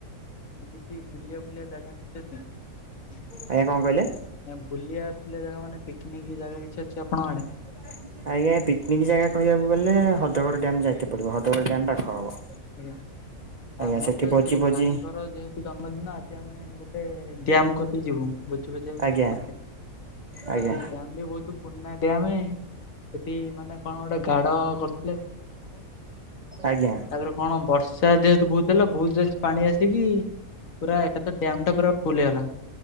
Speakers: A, on the left; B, on the right.
A: ଆଉ କିଛି ବୁଲିବା ଫୁଲିବା ଜାଗା ସେ ଅଛି
B: ଆଜ୍ଞା କଣ କହିଲେ?
A: ନା ବୁଲିବା ଫୁଲିବା ଜାଗା ମାନେ ପିକନିକ ଜାଗା କିଛି ଅଛି ଆପଣଙ୍କ ଆଡେ
B: ହ ଆଜ୍ଞା ପିକିନିକ୍ ଜାଗା କହିବାକୁ ଗଲେ ହଦଗଡ଼ ଡ୍ୟାମ ଯାଇତେ ପଡିବ ହଦଗଡ଼ ଡ୍ୟାମ ପାଖ ହବ
A: ଆଜ୍ଞା
B: ଆଜ୍ଞା
A: ଆମର
B: ସେଠି
A: ତ
B: ଭୋଜି
A: ସେଇ
B: ଭୋଜି
A: ଭାଇଙ୍କର ଯେହେତୁ ଜନ୍ମଦିନ ଆ ଜି ଆମେ ଗୋଟେ ଡ୍ୟାମ କତି ଯିବୁ ବୁଝୁ ବୁଝୁ
B: ଆଜ୍ଞା
A: ଆମେ
B: ଆଜ୍ଞା
A: ନା ସେ ଡ୍ୟାମ ବି ବହୁତ ପୁରୁଣା ଡ୍ୟାମେ ସେଠି ମାନେ କଣ ଗୋଟେ ଗାଡ କର
B: ଆଜ୍ଞା
A: ତାପରେ କଣ ବର୍ଷା ଯେହେତୁ ବହୁତ ହେଲା ବହୁତ ରେସ ପାଣି ଆସିକି ପୁରା ଏକାଥରେ ଡ୍ୟାମ ଟା ପୁରା ଫୁଲ ହେଇଗଲା